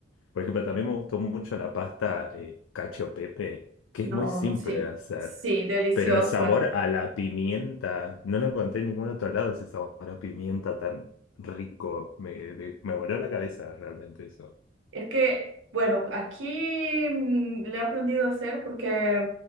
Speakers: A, on the left; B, on the right.
A: Por ejemplo, también me gustó mucho la pasta eh, cacio pepe, que
B: no,
A: es muy simple
B: sí,
A: de hacer,
B: sí, deliciosa.
A: pero el sabor a la pimienta, no lo encontré en ningún otro lado, ese sabor a pimienta tan rico. Me, me voló la cabeza realmente eso.
B: Es que, bueno, aquí mm, le he aprendido a hacer porque